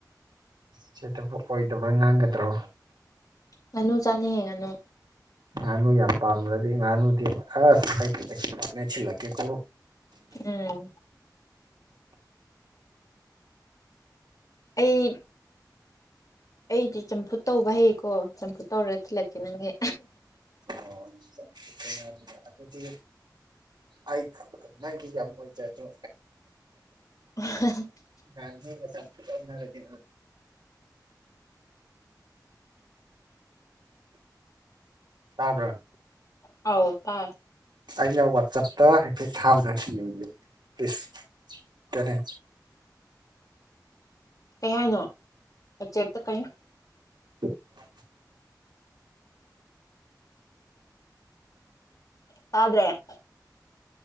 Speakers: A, on the right (about 80°); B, on the left (about 55°).
A: ꯁꯤꯗꯕꯨ ꯑꯣꯏꯗꯕ ꯉꯥꯡꯒꯗ꯭ꯔꯣ
B: ꯉꯥꯅꯨ ꯆꯥꯅꯤꯡꯉꯦ ꯉꯅꯨ
A: ꯉꯥꯅꯨ ꯌꯥꯝ ꯄꯥꯝꯔꯗꯤ ꯉꯥꯅꯨꯗꯤ ꯑꯁ ꯑꯩꯗꯤ <unintelligible> ꯊꯤꯜꯂꯛꯀꯦꯀꯣ
B: ꯎꯝ ꯑꯩ ꯑꯩꯗꯤ ꯆꯝꯐꯨꯠ ꯇꯧꯕ ꯍꯩꯀꯣ ꯆꯝꯐꯨꯠ ꯇꯧꯔꯒ ꯊꯤꯜꯂꯛꯀꯦ ꯅꯪꯒꯤ
A: ꯑꯣ <unintelligible> ꯑꯗꯨꯗꯤ ꯑꯩ ꯅꯪꯒꯤ ꯌꯥꯝ ꯑꯣꯏꯖꯗ꯭ꯔꯣ
B: <unintelligible>
A: ꯅꯥꯍꯥꯟꯥ ꯅꯣꯏꯒ ꯆꯝꯐꯨꯠ <unintelligible> ꯑꯣꯟꯅꯔꯗꯤ ꯇꯥꯕ꯭ꯔꯥ
B: ꯑꯧ ꯇꯥꯏ
A: ꯑꯩꯅ ꯋꯥꯆꯞꯇ ꯍꯥꯏꯐꯦꯠ ꯊꯥꯕꯗꯣ ꯌꯦꯕꯤꯌꯣ ꯄꯂꯤꯁ ꯇꯦꯅꯦ
B: ꯀꯩ ꯍꯥꯏꯅꯣ ꯋꯆꯦꯠꯇ ꯀꯩ
A: ꯍ <unintelligible>
B: ꯇꯥꯗ꯭ꯔꯦ